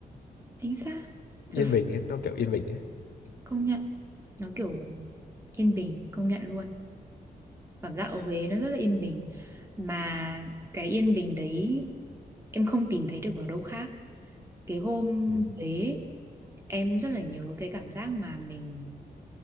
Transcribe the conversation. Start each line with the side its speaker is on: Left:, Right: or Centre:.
Right: chính xác
Left: yên
Right: thực sự
Left: bình ấy nó kiểu yên bình ấy
Right: công nhận nó kiểu yên bình công nhận luôn cảm giác ở Huế nó rất là yên bình mà cái yên bình đấy em không tìm thấy được ở đâu khác cái hôm
Left: Ừ.
Right: Huế em rất là nhớ cái cảm giác mà mình